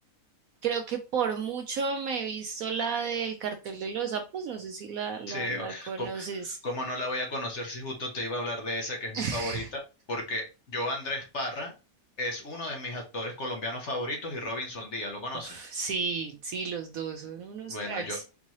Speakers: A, on the right; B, on the left.
A: creo que por mucho me he visto la del cartel de los sapos, no sé si la, la,
B: Sí,
A: la
B: o-
A: conoces.
B: ¿cómo, cómo no la voy a conocer si justo te iba a hablar de esa que es mi
A: <laughs>
B: favorita? Porque yo, Andrés Parra, es uno de mis actores colombianos favoritos y Robinson Díaz, ¿lo conoces?
A: Uf, sí, sí, los dos son unos
B: Bueno,
A: cracks.
B: yo,